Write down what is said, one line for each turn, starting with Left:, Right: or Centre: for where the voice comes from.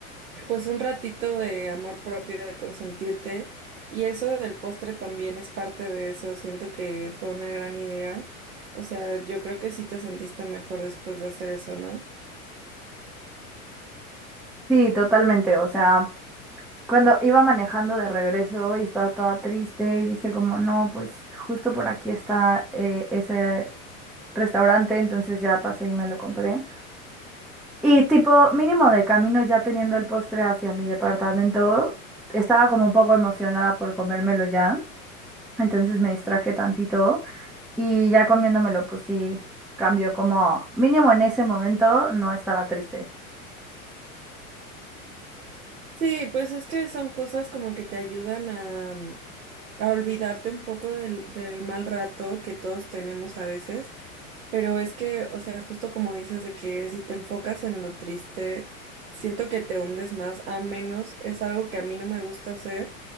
Right: Pues un ratito de amor propio, de consentirte. Y eso del postre también es parte de eso. Siento que fue una gran idea. O sea, yo creo que sí te sentiste mejor después de hacer eso, ¿no?
Centre: Sí, totalmente, o sea, cuando iba manejando de regreso y estaba toda triste y dije como, no, pues justo por aquí está eh, ese restaurante, entonces ya pasé y me lo compré. Y tipo, mínimo de camino ya teniendo el postre hacia mi departamento, estaba como un poco emocionada por comérmelo ya, entonces me distraje tantito y ya comiéndomelo pues sí, cambió como, mínimo en ese momento no estaba triste.
Right: Sí, pues es que son cosas como que te ayudan a, a olvidarte un poco del, del mal rato que todos tenemos a veces. Pero es que, o sea, justo como dices de que si te enfocas en lo triste, siento que te hundes más, al menos es algo que a mí no me gusta hacer,